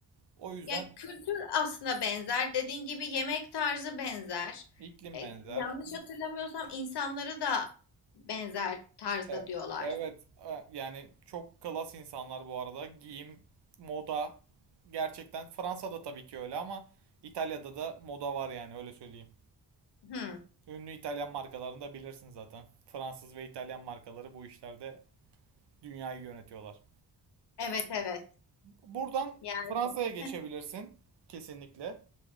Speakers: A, on the right; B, on the left.
A: O yüzden
B: Ya kültür aslında benzer. Dediğin gibi yemek tarzı benzer.
A: İklim
B: E,
A: benzer.
B: yanlış hatırlamıyorsam insanları da benzer tarzda
A: E-
B: diyorlar.
A: evet e, yani çok klas insanlar bu arada. Giyim, moda gerçekten Fransa'da tabii ki öyle ama İtalya'da da moda var yani öyle söyleyeyim.
B: Hı,
A: Ünlü İtalyan markalarını da bilirsin zaten. Fransız ve İtalyan markaları bu işlerde dünyayı yönetiyorlar.
B: evet evet.
A: Buradan
B: Yani
A: Fransa'ya geçebilirsin
B: heh,
A: kesinlikle.